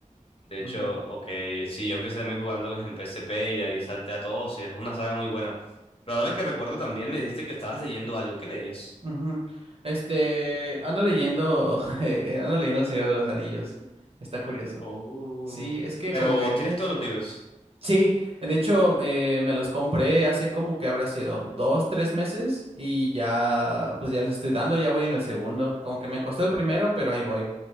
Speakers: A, on the left (about 45°); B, on the right (about 45°).
A: De hecho,
B: Ujú,
A: ok, sí, yo empecé también jugándolos en PSP y de ahí salté a todos y es una saga muy buena. Pero ahora que recuerdo también me dijiste que estabas leyendo algo. ¿Qué leías?
B: ujú. Este, ando leyendo, <laughs> eh, ando leyendo El Señor de los Anillos. Está curioso.
A: Oh,
B: Sí, es que
A: pero
B: como que
A: tienes todos los libros.
B: Sí, de hecho eh, me los compré hace como que habrá sido dos, tres meses y ya pues ya les estoy dando, ya voy en el segundo, como que me costó el primero, pero ahí voy.